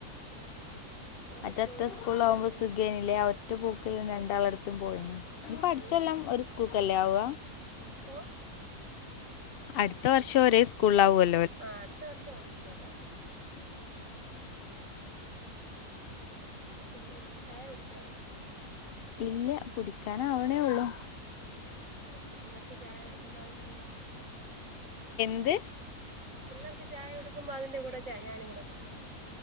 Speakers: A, on the right; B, on the left.
A: ഉം ഒരു
B: മറ്റേറ്റ
A: സ്കൂളിലാകുമ്പോ
B: സ്കൂളിൽ
A: എല്ലാം
B: ആകുമ്പോ
A: ഒരുമിച്ച്
B: സുഖാനെല്ലേ ഒറ്റ പോക്കിൽ രണ്ട് ഒളടുത്തും പോയിന് ഇപ്പ അടുത്ത
A: ഉം
B: എല്ലാം ഒരു സ്കൂക്കല്ലേ ആവ
A: ഓ
B: അടുത്ത വർഷം ഒരേ സ്കൂള ആവോല്ലേ
A: ആഹ അടുത്ത വർഷം അവര് സ്കൂളില ആക്ക് പിന്നെന്താ ചായ കുടിച്ചോ
B: ഇല്ല കുടിക്കാനാവണേ ഉള്ളൂ
A: ഞാൻ പിള്ളേർക്ക് ചായ എടുക്കുമ്പോ അതിന്റെ കൂടെ കുടിക്കും
B: ന്ത്‌
A: പിള്ളേർക്ക് ചായ കൊടുക്കുമ്പോ അതിന്റെ കൂടെ ച ഞാനും കൂടെ കുടിക്കും